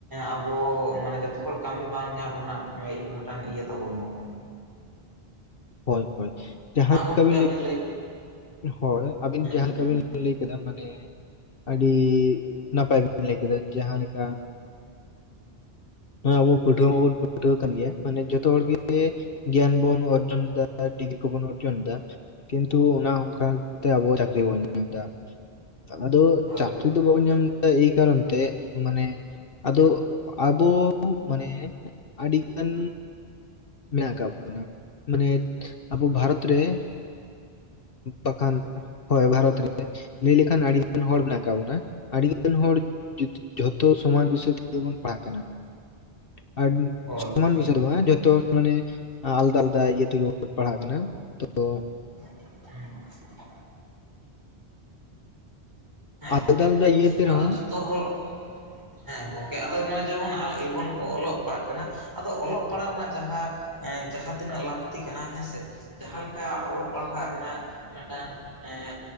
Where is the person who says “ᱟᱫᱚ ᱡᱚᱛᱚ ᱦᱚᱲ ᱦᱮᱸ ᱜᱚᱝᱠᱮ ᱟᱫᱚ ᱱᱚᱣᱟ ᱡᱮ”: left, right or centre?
Right